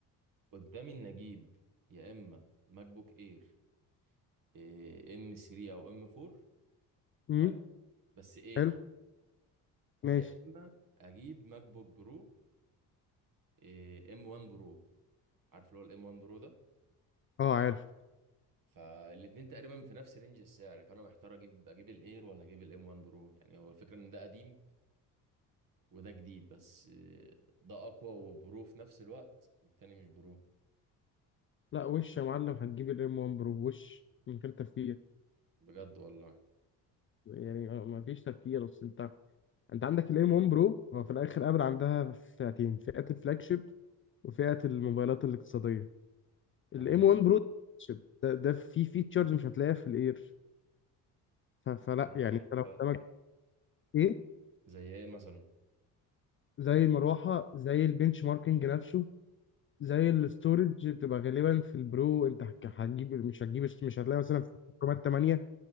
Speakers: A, on the right (about 45°); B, on the left (about 30°).
A: قدامي ان اجيب يا اما ماك بوك اير آه، ام 3 او ام 4
B: امم
A: حلو بس اير
B: حلو ماشي
A: يا اما اجيب ماك بوك برو آه، ام 1 برو عارف اللي هو الام 1 برو ده
B: اه عارف
A: فالاتنين تقريبا في نفس رينج السعر فانا محتار اجيب اجيب الاير ولا اجيب الام 1 برو يعني هو الفكره ان ده قديم وده جديد بس آه، ده اقوى وبرو في نفس الوقت والتاني مش برو
B: لا وش يا معلم هتجيب الام 1 برو وش من غير تفكير
A: بجد والله
B: يعني ما ما فيش تفكير اصل انت انت عندك الام 1 برو هو في الاخر ابل عندها فئتين فئه الفلاج شيب وفئه الموبايلات الاقتصاديه الام
A: تمام
B: 1 برو شيب ده ده فيه فيتشرز مش هتلاقيها في الاير ف- فلا
A: زي
B: يعني
A: ايه
B: انت
A: مثلا؟
B: لو قدامك ايه
A: زي ايه مثلا
B: زي المروحه زي البنش ماركينج نفسه زي الاستورج بتبقى غالبا في البرو انت هك- هتجيب مش هتجيب مش هتلاقي مثلا في رامات 8